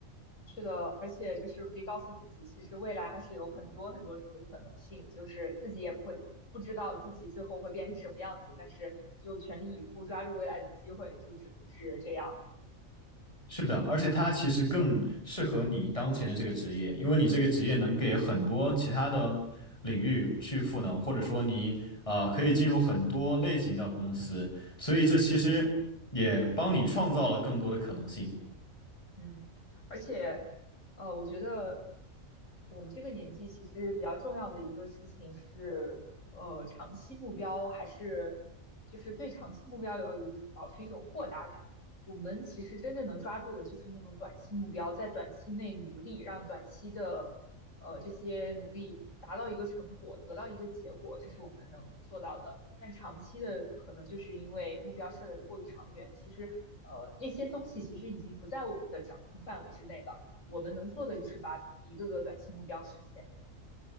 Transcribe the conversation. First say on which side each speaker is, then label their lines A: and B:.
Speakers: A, on the left; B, on the left.
A: 是的，而且就是可以告诉自己，其实未来还是有很多很多种的可能性，就是自己也不会不知道自己最后会变成什么样子，但是就全力以赴抓住未来的机会，就只能是这样。
B: 是的，而且它其实更适合你当前的这个职业，因为你这个职业能给很多其他的领域去赋能，或者说你呃可以进入很多类型的公司，所以这其实也帮你创造了更多的可能性。
A: 嗯，而且，呃，我觉得我们这个年纪其实比较重要的一个事情是，呃，长期目标还是就是对长期目标有一保持一种豁达感。我们其实真正能抓住的就是那种短期目标，在短期内努力，让短期的呃这些努力达到一个成果，得到一个结果，这是我们能做到的。但长期的可能就是因为目标设的过于长远，其实呃那些东西其实已经不在我们的掌控范围之内了。我们能做的就是把一个个短期目标实现。